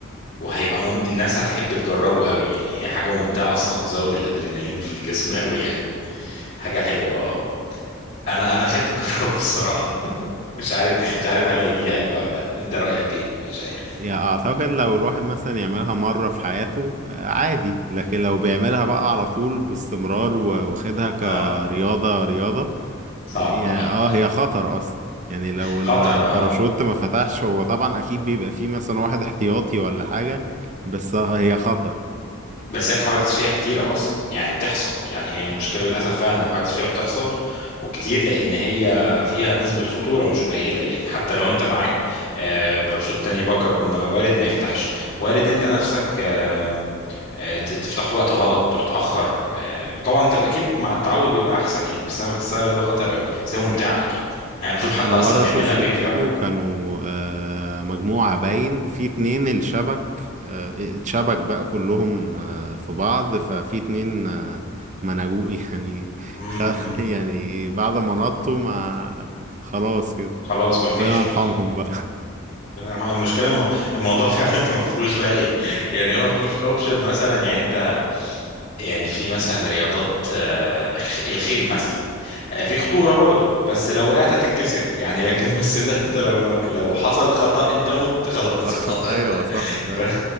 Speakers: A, on the left; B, on the right.
A: وهيبقى مم... الناس هتحب تجربه قوي يعني هي حاجه ممتعه اصلا تزود الادرينالين في الجسم قوي يعني حاجه حلوه اه انا انا خايف اجربه الصراحه <laughs> مش عارف مش عارف هل هيجي لي قلب او لا انت رايك ايه مش عارف
B: يعني اعتقد لو الواحد مثلا يعملها مرة في حياته آه، عادي لكن لو بيعملها بقى على طول باستمرار و- واخدها كرياضة
A: اه
B: رياضة
A: صعب
B: يعني
A: اه
B: اه
A: صح؟
B: هي خطر اصلا يعني لو
A: خطر
B: الباراشوت
A: اه
B: ما فتحش هو طبعا اكيد بيبقى فيه مثلا واحد احتياطي ولا حاجة بس آه، هي خطر
A: بس هي الحوادث فيها كتيرة أصلا يعني بتحصل يعني هي المشكلة للأسف فعلا إن الحوادث فيها بتحصل وكتير لأن هي فيها نسبة خطورة مش قليلة يعني حتى لو أنت معاك آه، باراشوت تاني باك اب م- وارد ما يفتحش وارد أنت نفسك آه، آه، ت- تفتح في وقت غلط متأخر آه، طبعا أنت أكيد مع التعود بيبقى أحسن يعني بس أنا بحسها رياضة خطر قوي بس هي ممتعة أكيد يعني بشوف
B: آه،
A: حد
B: انا
A: أصلا
B: مرة
A: بيعملها
B: شفت
A: فيديو
B: فيديو
A: أو حاجة
B: كانوا آه، مجموعة باين في اتنين الشبك آه، اتشبك بقى كلهم آه، في بعض ففي اتنين آه، ما نجوا <laughs> يعني
A: م-
B: خ...
A: م.
B: يعني بعد ما نطوا ما خلاص كده
A: خلاص مفيش
B: ربنا يرحمهم
A: بالظبط
B: بقى
A: ربنا يرحمه المشكله المو... الموضوع <laughs> فعلا ما فيهوش بقى ايه يعني هو ما فيهوش اوبشن مثلا يعني انت يعني في مثلا رياضات آه، الخ- الخيل مثلا آه، في خطوره برضو بس لو وقعت هتتكسر يعني لكن بس ده <laughs> انت لو لو حصل خطأ انت مت خلاص
B: <laughs> آه،
A: الموضوع انت
B: ايوه
A: <laughs>
B: صح فعلا
A: ف...